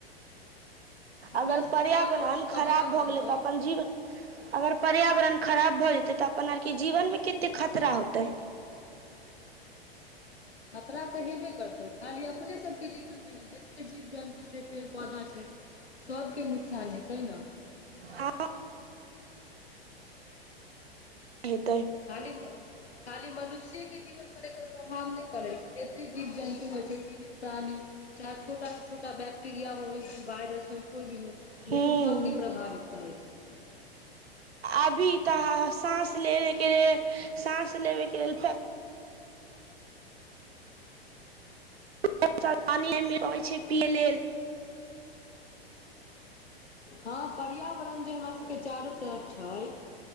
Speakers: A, on the left; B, on the right.
A: अपना
B: अगर
A: सबके
B: पर्यावरण
A: चारो ओर जे
B: खराब
A: पर्यावरण
B: भऽ गेलै
A: छै
B: तऽ अपन जीव अगर पर्यावरण खराब भऽ जेतै तऽ अपन आरके जीवन मे कते खतरा होतै।
A: खतरा तऽ हेबे करतय खाली अपने सब के जीवन मे जते जीव जन्तु छै पेड़ पौधा छै सबके नुकसान हेतै ना।
B: हँ हेतय।
A: खाली म खाली मनुष्येके जीवन पर एकर प्रभाव नहि पड़ैत छै जते जीव जन्तु होइत छै जीवित प्राणी चाहे छोटा से छोटा बैक्टेरिया होय वायरस होय कोइ भी होय
B: हूँ
A: लेकिन सभके प्रभावित करै छै।
B: अभी तऽ साँस लेबे के लेल साँस लेबे के लेल <unintelligible> छै पियै लेल।
A: हँ पर्यावरण जे हमरा सबके चारू तरफ छै।